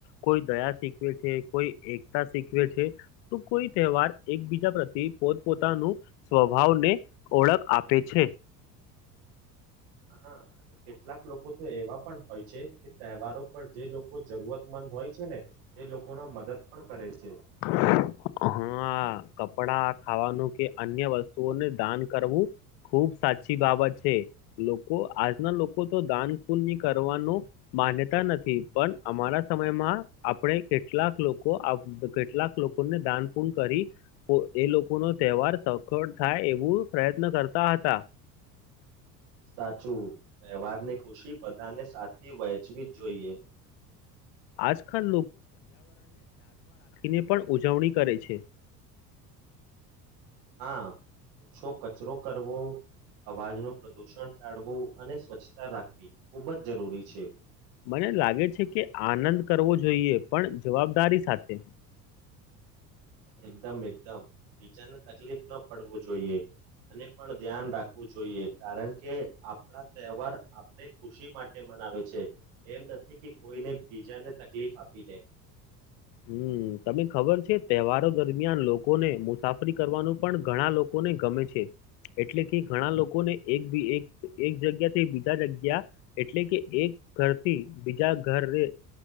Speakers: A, on the left (about 55°); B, on the right (about 60°).
A: કોઈ દયા શીખવે છે કોઈ એકતા શીખવે છે. તો કોઈ તહેવાર એકબીજા પ્રત્ય પોતપોતાનું સ્વભાવને, ઓળખ આપે છે.
B: હા કેટલાક લોકો તો એવા પણ હોય છે કે તહેવારો પર જે લોકો જરૂરતમંદ હોય છે ને. એ લોકો ના મદદ પણ કરે છે.
A: હ <unintelligible> હા કપડા ખાવાનું કે અન્ય વસ્તુઓને દાન કરવું ખુબ સાચી બાબત છે, લોકો આજના લોકો તો દાન પુન્ય કરવાનો માન્યતા નથી પણ અમારા સમયમાં આપણે કેટલાક લોકો કેટલાક લોકોને દાન પુન કરી, એ લોકો ન તહેવાર સખળ થાય એવું પ્રયત્ન કરતા હતા.
B: સાચું, તહેવારની ખુશી બધાને સાચી વહેંચવી જ જોઈએ.
A: આજકાલ ને પણ ઉજવણી કરે છે.
B: હા, ઓછો કચરો કરવો. અવાજનું પ્રદુષણ ટાળવું અને સ્વચ્છતા રાખવી, ખૂબ જ જરૂરી છે.
A: મને લાગે છે કે આનંદ કરવો જોઈએ પણ જવાબદારી સાથે.
B: એકદમ એકદમ બીચાને તકલીફ ના પડવું જોઈએ. અને પણ ધ્યાન રાખવું જોઈએ કારણ કે આપણા તહેવાર આપણે ખુશી માટે મનાવે છે, એમ નથી કે કોઈને બીજાને તકલીફ આપી દે.
A: હમ તમને ખબર છે તહેવારો દરમિયાન લોકોને મુસાફરી કરવાનું પણ ઘણા લોકોને ગમે છે. એટલે કે ઘણા લોકોને એક બી એક એક જગ્યા બીજા જગ્યા એટલે કે એક ઘરથી બીજા ઘરે